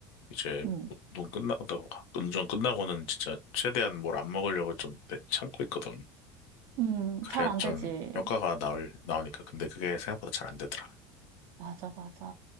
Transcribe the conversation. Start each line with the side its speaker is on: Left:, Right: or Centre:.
Left: 이제
Right: 음,
Left: 운동 끝나고, 운전 끝나고는 진짜 최대한 뭘 안 먹으려고 좀 참고 있거든.
Right: 음,
Left: 그래야
Right: 잘 안
Left: 좀
Right: 되지.
Left: 효과가 나올, 나오니까. 근데 그게 생각보다 잘 안 되더라.
Right: 맞아, 맞아.